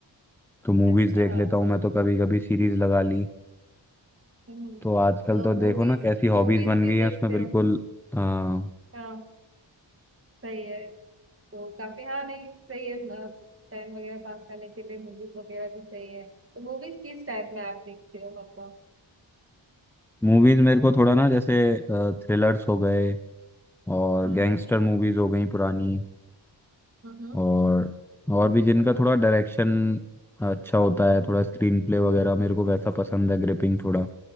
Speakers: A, in the centre; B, on the right.
A: तो मूवीज
B: अच्छा
A: देख लेता हूँ मैं तो कभी कभी सीरीज लगा ली
B: हम्म
A: तो आजकल
B: तो
A: तो देखो
B: मूवीज
A: ना कैसी
B: मूवीज
A: हॉबीज बन
B: भी
A: गई हैं
B: देखते
A: उसमें बिल्कुल
B: हो
A: आ,
B: हाँ सही है तो काफी हाँ नहीं सही है टाइम वगैरह पास करने के लिए मूवीज वगैरह भी सही है तो मूवीज किस टाइप में आप देखते हो मतलब
A: मूवीज मेरे को थोड़ा ना जैसे थ्रिलर्स हो गए और
B: हम्म
A: गैंगस्टर मूवीज हो गई पुरानी
B: हम्म
A: और और भी जिनका थोड़ा डायरेक्शन अच्छा होता है थोड़ा स्क्रीन प्ले वगैरह मेरे को वैसा पसंद है ग्रिपिंग थोड़ा